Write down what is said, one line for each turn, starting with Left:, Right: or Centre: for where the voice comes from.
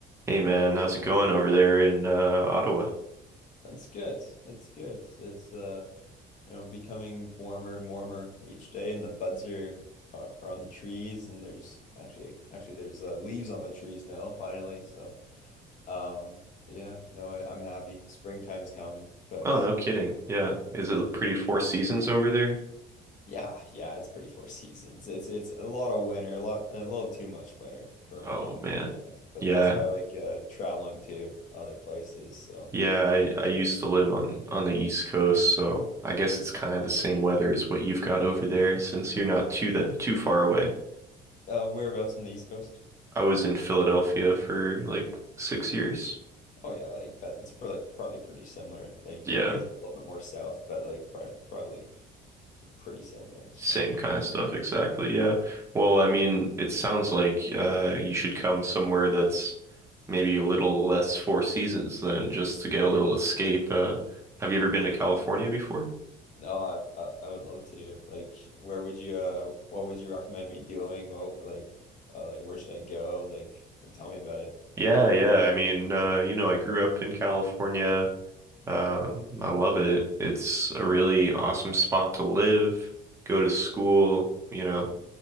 Right: Hey man, how's it going over there in uh, Ottawa?
Left: That's good. It's good. It's uh, you know, becoming warmer and warmer each day, and the buds are are, are on the trees, and there's actually actually there's uh, leaves on the trees now, finally. So, um, yeah, no, I, I'm happy. Springtime is coming, but
Right: Oh, no kidding. Yeah. Is
Left: yeah,
Right: it pretty Four Seasons over there?
Left: yeah, yeah, it's pretty four <laughs> seasons. It's it's a lot of winter, a lot a little too much winter for mine.
Right: Oh man.
Left: Yeah, but
Right: Yeah.
Left: that's why I like uh, traveling to other places. So,
Right: Yeah, I I used to live on on the East Coast, so I guess it's kind of the same weather as what you've got over there since you're not too that too far away.
Left: uh, whereabouts on the East Coast?
Right: I was in Philadelphia for like six years.
Left: Oh yeah, like that. It's probably probably pretty similar. Like
Right: Yeah.
Left: you guys are a little bit more south, but like probably probably pretty similar. So
Right: Same kind of stuff, exactly. Yeah. Well, I mean, it sounds like uh you should come somewhere that's maybe a little less Four Seasons than just to get a little escape. Uh have you ever been to California before?
Left: no, I've, I I would love to. Like, where would you? Uh, what would you recommend me doing? What like uh, like where should I go? Like, tell me about it.
Right: Yeah, yeah. I mean, uh, you know, I grew up in California. Um, I love it. It's a really awesome spot to live, go to school, you know.